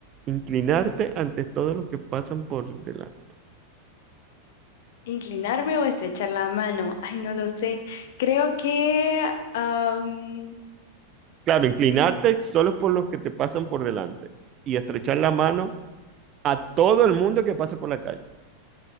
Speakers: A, on the right; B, on the left.
A: inclinarte ante todos los que pasan por delante.
B: inclinarme o estrechar la mano. Ay, no lo sé. Creo que am,
A: Claro, inclinarte solo por los que te pasan por delante y estrechar la mano a todo el mundo que pase por la calle.